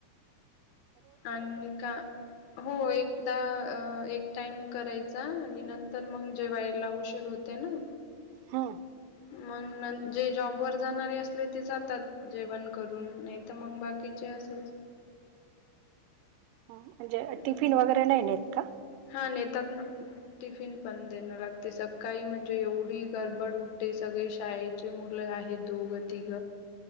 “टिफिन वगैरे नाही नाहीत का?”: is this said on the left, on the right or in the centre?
Right